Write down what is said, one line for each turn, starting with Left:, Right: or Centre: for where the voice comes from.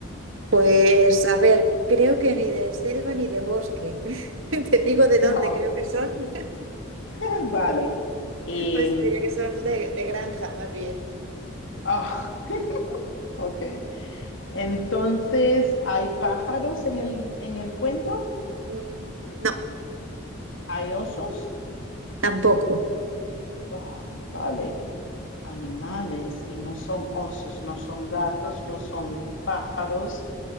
Right: Pues a ver, creo que ni de selva ni de bosque. <laughs> Te digo de
Left: Wow,
Right: dónde creo que son. <laughs>
Left: <laughs> vale. Y,
Right: Pues diría que son de, de granja, más bien.
Left: ah, <laughs> ok. Entonces, ¿hay pájaros en el, en el cuento?
Right: Mm, No,
Left: ¿Hay osos?
Right: tampoco,
Left: Ah, vale. Animales y no son osos, no son gatos, no son pájaros.